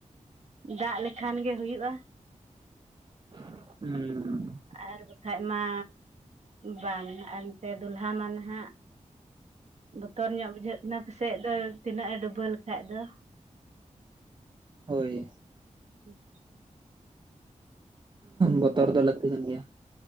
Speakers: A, on the right; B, on the right.
A: ᱫᱟᱜ ᱞᱮᱠᱷᱟᱱ ᱜᱮ ᱦᱩᱭᱩᱜᱼᱟ
B: ᱦᱩᱸ
A: ᱟᱨ ᱵᱟᱠᱷᱟᱡ ᱢᱟ ᱵᱟᱝ ᱟᱨ ᱮᱱᱛᱮ ᱫᱩᱞᱦᱟ ᱢᱟ ᱱᱟᱦᱟᱜ ᱵᱚᱛᱚᱨ ᱧᱚᱜ ᱵᱩᱡᱷᱟᱹᱜ ᱠᱟᱱᱟ ᱯᱟᱥᱮᱡ ᱫᱚ ᱛᱤᱱᱟᱹᱜ ᱮ ᱰᱩᱵᱟᱹ ᱞᱮᱠᱟᱡ ᱫᱚ
B: ᱦᱳᱭ᱾
A: ᱴᱷᱤᱠ,
B: ᱵᱚᱛᱚᱨ ᱫᱚ ᱞᱟᱹᱠᱛᱤ ᱠᱟᱱ ᱜᱮᱭᱟ᱾